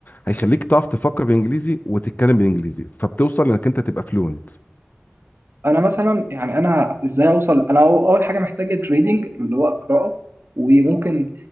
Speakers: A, on the left; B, on the right.
A: هيخليك تعرف تفكر بالانجليزي وتتكلم بالانجليزي فبتوصل انك انت تبقى فلوينت
B: انا مثلا يعني انا ازاي اوصل انا أو- اول حاجه محتاجه تريدنج اللي هو قراءه وممكن